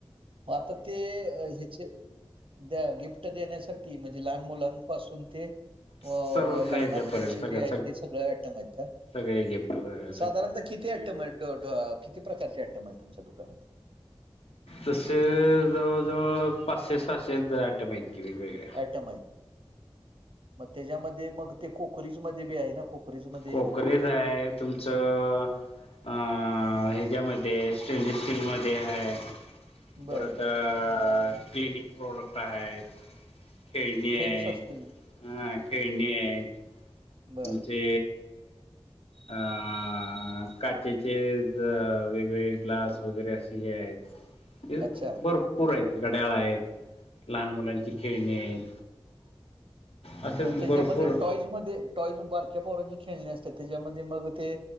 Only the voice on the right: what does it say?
मग आता ते... ह्याचे द्या... गिफ्ट देण्यासाठी... म्हणजे लहान मुलांपासून ते अं...
लग्नापर्यंतचे
जे हायेत... ते सगळे आयटम हायेत काय?
साधारणत... किती आयटम हेत... ड... ड... किती प्रकारचे आयटम हेत तुमच्या दुकानात?
आयटम हेत.. मग त्याच्यामध्ये मग ते कोकरीज मध्ये बी हाये ना? कोकरीज मध्ये
ब
फ्रेम्स
असतील
ब
अच्छा
मग त्याच्यामध्ये
टॉईजमध्ये टॉईज बारक्या पोरांची खेळणे अस तर त्याच्यामध्ये मग ते